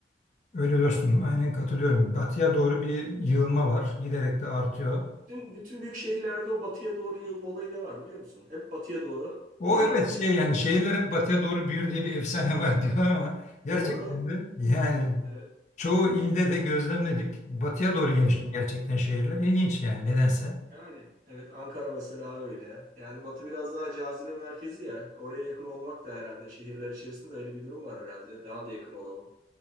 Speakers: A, on the left; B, on the right.
A: Öyle dostum aynen katılıyorum. Batıya doğru bir yığılma var. Giderek de artıyor.
B: Bütün, bütün büyük şehirlerde o batıya doğru yığılma olayı da var biliyor musun? Hep batıya doğru
A: O
B: yığılarak
A: evet şey
B: gelişiyor.
A: yani şehirler hep batıya doğru büyür diye bir efsane var <laughs> diyorlar ama gerçekten
B: Doğru.
A: de yani
B: Evet,
A: çoğu ilde de gözlemledik. Batıya doğru genişliyor
B: evet.
A: gerçekten şehirler. İlginç yani nedense.
B: Yani evet Ankara mesela öyle. Yani Batı biraz daha cazibe merkezi ya. Oraya yakın olmak da herhalde şehirler içerisinde de öyle bir durum var herhalde. Daha da yakın olalım